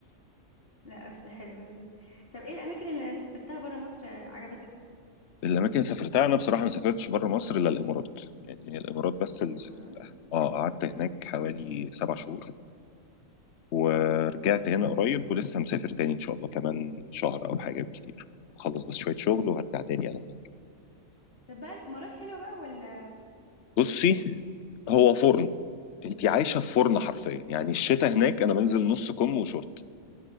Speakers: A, on the left (about 45°); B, on the left (about 60°).
A: لا بس حلوة طب ايه الأماكن اللي سافرتها برا مصر عجبتك
B: الاماكن اللي سافرتها انا بصراحه ما سافرتش بره مصر الا الامارات يعني هي الامارات بس اللي
A: الإمارات
B: سافرتها اه قعدت هناك حوالي سبع شهور ورجعت هنا قريب ولسه مسافر تاني ان شاء الله كمان شهر او حاجه بالكتير اخلص بس شويه شغل وهرجع تاني على هناك
A: طب بقى الإمارات حلوة بقى ولا
B: بصي هو فرن انت عايشه في فرن حرفيا يعني الشتاء هناك انا بنزل نص كم وشورت